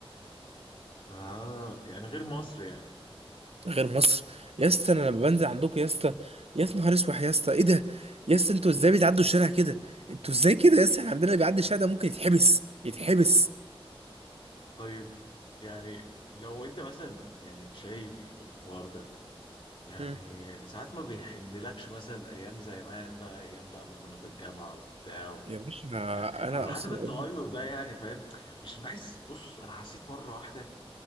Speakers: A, on the left (about 60°); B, on the right (about 85°).
A: آه يعني غير مصر يعني
B: غير مصر يا اسطى انا لما بنزل عندكم يا اسطى يا نهار اسود يا اسطى ايه ده يا اسطى انتوا ازاي بتعدوا الشارع كده انتوا ازاي كده يا اسطى احنا عندنا اللي بيعدي الشارع ده ممكن يتحبس يتحبس
A: طيب يعني لو انت مثلا يعني شايف الحوار ده يعني
B: مم.
A: ساعات ما بيحنلكش مثلا ايام زمان بقى ايام بقى ما كنا في الجامعه وبتاع
B: يا باشا
A: يعني على
B: انا
A: حسب
B: اصلا
A: التغير
B: اوريدي
A: ده يعني فاهم عشان بحس بص انا حسيت مره واحده